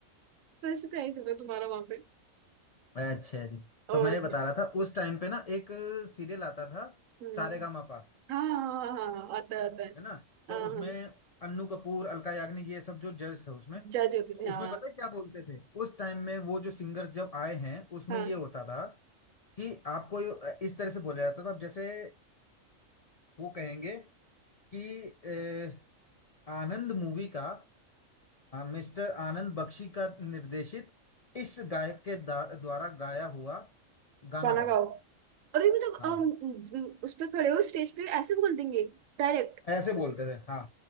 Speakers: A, on the right; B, on the left.
A: फर्स्ट प्राइज होता तुम्हारा वहां पे
B: अच्छा जी
A: और
B: तो मैं ये
A: क्या
B: बता रहा था उस टाइम पे ना एक सीरियल आता था
A: हम्म
B: सारेगामापा
A: हाँ हाँ हाँ हाँ, आता है आता है
B: है ना तो
A: हाँ
B: उसमें
A: हाँ
B: अन्नू कपूर अलका याग्निक ये सब जो जज थे उसमें तो
A: जज होते थे हाँ
B: उसमें पता है क्या बोलते थे उस टाइम में वो जो सिंगर्स जब आए हैं उसमें
A: हाँ
B: ये होता था कि आपको ये- इस तरह से बोला जाता था अब जैसे वो कहेंगे कि अ, आनंद मूवी का मिस्टर आनंद बख्शी का निर्देशित इस गायक के दा- द्वारा गाया हुआ गाना
A: गाना
B: गाओ
A: गाओ और ये मतलब
B: हाँ
A: अम, उस पे खड़े हो स्टेज पे ऐसे बोल देंगे डायरेक्ट
B: ऐसे बोलते थे हाँ